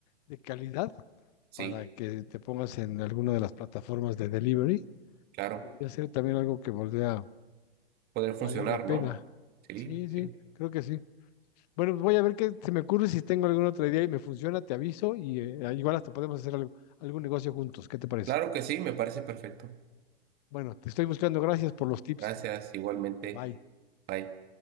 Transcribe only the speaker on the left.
de calidad
para que te pongas en alguna de las plataformas de delivery.
Podría ser también algo que volviera a
valer la pena.
Sí, sí,
creo que sí. Bueno, voy a ver qué se me ocurre si tengo algún otro idea y me funciona, te aviso y eh, igual hasta podemos hacer algo- algún negocio juntos. ¿Qué te parece?
Bueno, te estoy buscando. Gracias por los tips.
Bye.